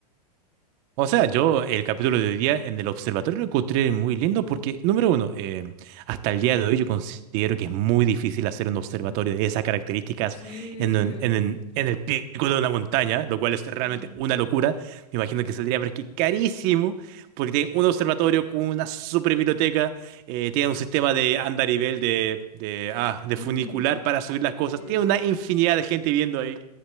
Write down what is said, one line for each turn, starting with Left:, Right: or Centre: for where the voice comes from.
Right: O sea, yo el capítulo de hoy día en el observatorio lo encontré muy lindo porque, número uno, eh, hasta el día de hoy yo considero que es muy difícil hacer un observatorio de esas características
Left: Sí.
Right: en, un- en, en- en el pico de una montaña, lo cual es realmente
Left: Mm,
Right: una locura. Me imagino que saldría, pero es que carísimo, porque tiene
Left: sí.
Right: un observatorio con una super biblioteca, eh, tiene un sistema de andarivel, de, de, ah, de
Left: Mm.
Right: funicular para subir las cosas,
Left: Sí,
Right: tiene una infinidad de gente viviendo ahí.